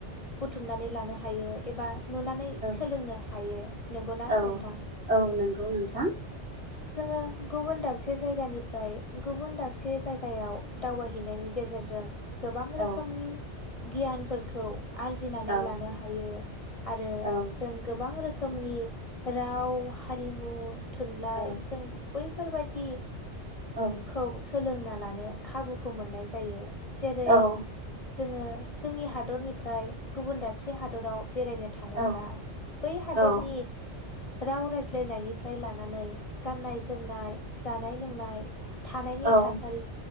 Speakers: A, on the left; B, on the right.
A: बुथुमनानै लानो हायो एबा नुनानै
B: औ
A: सोलोंनो हायो नंगौना
B: औ
A: नोंथां
B: औ नंगौ नोंथां
A: जोङो गुबुन दाबसे जायगानिफ्राय गुबुन दाबसे जायगायाव दावबायहैनायनि गेजेरजों गोबां
B: औ
A: रोखोमनि गियानफोरखौ आरजिनानै
B: औ
A: लानो हायो आरो
B: औ
A: जों गोबां रोखो खोमनि राव हारिमु थुनलाइ
B: औ
A: बैफोरबायदि
B: औ
A: खौ सोलोंना लानो खाबुखौ मोननाय जायो। जेरै
B: औ
A: जोङो जोंनि हादरनिफ्राय गुबुन दाबसे हादराव बेरायनो थाङोब्ला
B: औ
A: बै हादरनि
B: औ
A: राव रायज्लायनायनिफ्राय लानानै गाननाय जोमनाय जानाय लोंनाय थानायनि
B: औ
A: थासारि